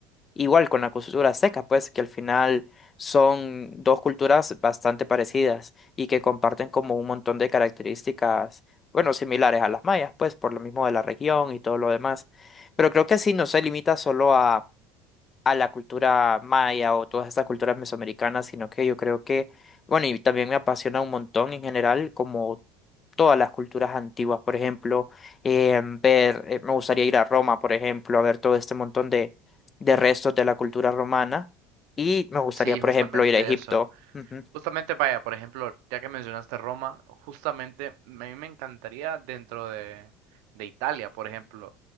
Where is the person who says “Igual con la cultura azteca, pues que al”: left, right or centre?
Left